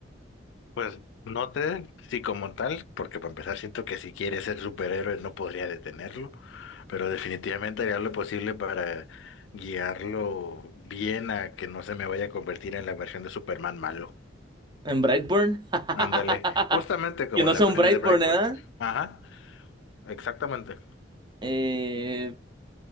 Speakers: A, on the left; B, on the right.
A: Pues no te, sí como tal, porque para empezar siento que si quiere ser superhéroe no podría detenerlo, pero definitivamente haría lo posible para guiarlo bien a que no se me vaya a convertir en la versión de Superman malo.
B: en Brightburn. <laughs>
A: Ándale, justamente como
B: Que no
A: en
B: sea
A: la peli
B: un Brightburn,
A: de Brightburn.
B: ¿eh?
A: Ajá, exactamente.
B: Eh,